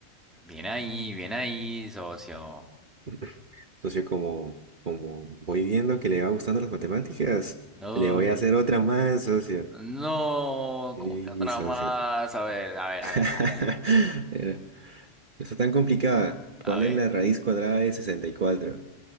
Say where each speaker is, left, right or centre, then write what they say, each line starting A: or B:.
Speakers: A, in the centre; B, on the right.
A: Bien ahí, bien ahí, socio.
B: <laughs> Socio, como, como voy viendo que le va gustando las matemáticas,
A: Uy,
B: le voy a hacer otra más, socio.
A: no,
B: Sí,
A: ¿cómo que otra
B: socio.
A: más?
B: sí.
A: A ver, a ver,
B: <laughs>
A: hágala, hágala.
B: Era- No está tan complicada.
A: A
B: ¿Cuál
A: ver,
B: es la raíz cuadrada de 64?